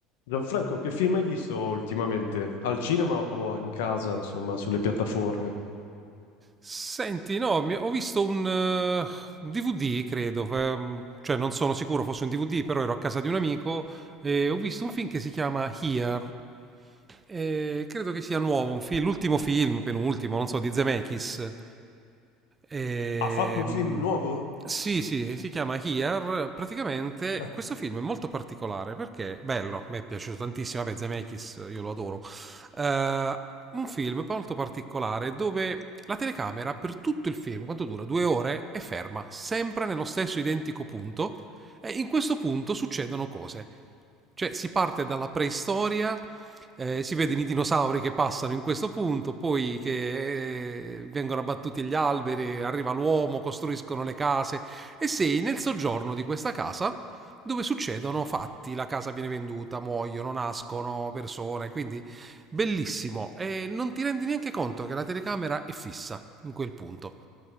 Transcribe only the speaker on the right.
Senti, no, mi- ho visto un eh, un DVD, credo, ehm, cioè non sono sicuro fosse un DVD, però ero a casa di un amico e ho visto un film che si chiama Here. Eh, credo che sia nuovo,
un film, l'ultimo film, penultimo, non so, di Zemeckis. Ehm,
sì, sì, si chiama Here. Praticamente
questo film è molto particolare perché bello, mi è piaciuto tantissimo. Vabbè, Zemeckis, io lo adoro. Eh, un film molto particolare dove la telecamera per tutto il film, quanto dura? Due ore, è ferma, sempre nello stesso identico punto. E in questo punto succedono cose. Cioè, si parte dalla preistoria, eh, si vedono i dinosauri che passano in questo punto, poi che eh, vengono abbattuti gli alberi, arriva l'uomo, costruiscono le case e sei nel soggiorno di questa casa dove succedono fatti, la casa viene venduta, muoiono, nascono persone, quindi bellissimo e non ti rendi neanche conto che la telecamera è fissa in quel punto.